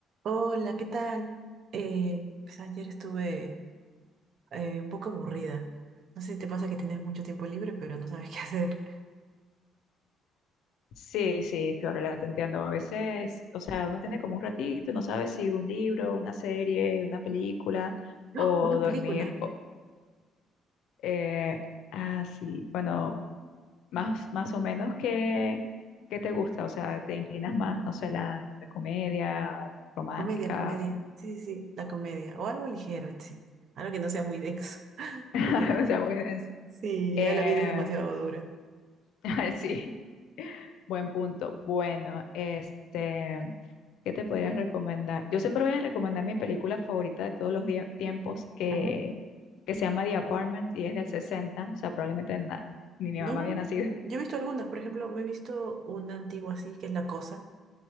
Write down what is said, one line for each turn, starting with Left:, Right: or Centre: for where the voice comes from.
Right: Hola, ¿qué tal? Eh, pues ayer estuve eh, un poco aburrida. No sé si te pasa que tienes mucho tiempo libre, pero no sabes <laughs> qué hacer.
Left: Sí, sí, Fiorella, te entiendo. A veces, o sea, uno tiene como un ratito y no sabe si un libro, una serie, una película
Right: ¡Ah!
Left: o
Right: Una
Left: dormir.
Right: película.
Left: o- eh, ah, sí, bueno, más, más o menos que, que te gusta, o sea, te inclinas más, no sé, la, la comedia romántica,
Right: Comedia, comedia. Sí, sí, sí, la comedia. O algo ligero en sí. Algo que no sea muy denso. <laughs>
Left: <laughs>
Right: Porque
Left: o sea, muy denso.
Right: Sí,
Left: Eh,
Right: ya la vida es demasiado dura.
Left: <laughs> sí. Buen punto. Bueno, este, ¿qué te podría recomendar? Yo siempre voy a recomendar mi película favorita de todos los die- tiempos, que,
Right: Ujú.
Left: que se llama The Apartment y es del 60, o sea, probablemente na- ni mi
Right: No,
Left: mamá
Right: no,
Left: había
Right: no.
Left: nacido.
Right: Yo he visto algunas. Por ejemplo, me he visto una antigua así, que es La Cosa,